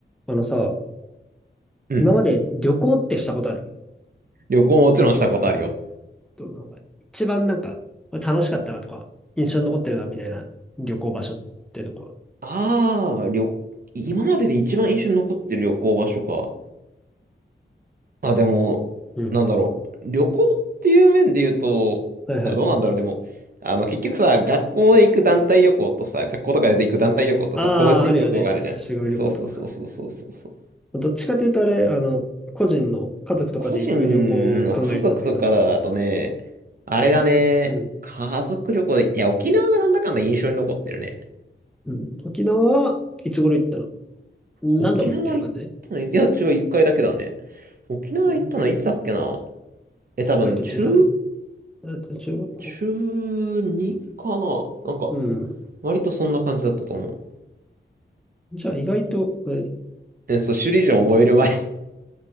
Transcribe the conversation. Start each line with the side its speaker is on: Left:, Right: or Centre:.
Centre: あのさ、
Right: うん。
Centre: 今まで旅行ってしたことある
Right: 旅行もちろんしたことあるよ。
Centre: どうなんか一番なんか楽しかったなとか、印象に残ってるなみたいな旅行場所ってとこ。
Right: ああ、旅、今までで一番印象に残ってる旅行場所か。あ、でも、
Centre: うん。
Right: なんだろう。旅行っていう面で言うと、
Centre: はいはい。
Right: あ、どうなんだろう。でも、あの、結局さ、学校で行く団体旅行とさ、学校とかで行く団体旅行とさ、
Centre: ああ、
Right: 個人旅行があるじゃん。
Centre: あるよね。そう修学旅行とか。
Right: そうそうそうそうそうそうそう。
Centre: どっちかというとあれ、あの、個人の家族とかで行く旅行を考えてたんだけど、
Right: 個人の家族とかだとね、あれだね、
Centre: まあ大して、うん。
Right: 家族旅行で、いや、沖縄がなんだかんだ印象に残ってるね。
Centre: うん。沖縄はいつ頃行ったの何度も行ってる感じ
Right: 沖縄行ったのい、いや、違う、一回だけだね。沖縄行ったのいつだっけな
Centre: うん
Right: え、多分、
Centre: 割と小さめ
Right: 中、
Centre: えっと中学校
Right: 中2かななんか、
Centre: うん。
Right: 割とそんな感じだったと思う。
Centre: じゃあ意外と、えっ
Right: え、そう、首里城を燃える前
Centre: と